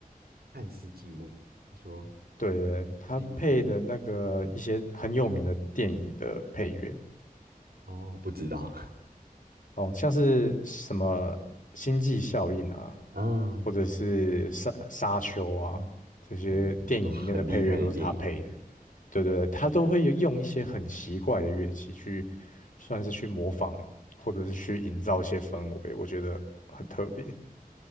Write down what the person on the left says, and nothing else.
对对对，他配的那个一些很有名的电影的配乐，
哦，像是什么星际效应啊，
或者是沙沙丘啊，这些电影里面的配乐都是他配的，
对对对，他都会用一些很奇怪的乐器去，算是去模仿，或者是去营造一些氛围，我觉得很特别。